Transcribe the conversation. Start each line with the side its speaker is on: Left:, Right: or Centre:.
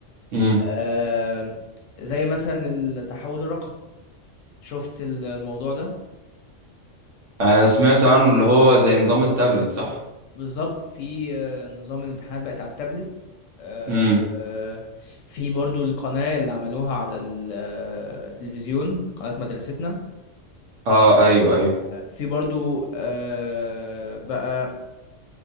Right: امم
Left: آه، زي مثلا التحول الرقمي شفت ال- الموضوع ده
Right: انا سمعت عنه اللي هو زي نظام التابلت صح
Left: بالظبط في آه، نظام الامتحانات بقت على التابلت آه،
Right: امم
Left: آه، في برضو القناة اللي عملوها على ال- آه، التلفزيون قناة مدرستنا
Right: اه ايوه ايوه
Left: آه، في برضو آه، بقى